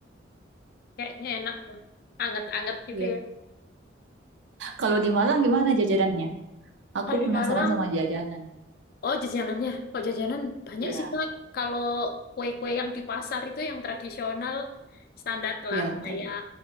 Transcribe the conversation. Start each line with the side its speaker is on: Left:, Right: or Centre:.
Left: Kayaknya enak tuh. Anget-anget gitu
Right: Iya.
Left: ya.
Right: Kalau di Malang gimana jajanannya? Aku
Left: Kalau di
Right: penasaran
Left: Malang
Right: sama jajanan.
Left: Oh, jajanannya. Kok jajanan banyak
Right: Ya,
Left: sih, Kak. Kalau kue-kue yang di pasar itu yang tradisional standar
Right: ya.
Left: lah. Kayak
Right: ter-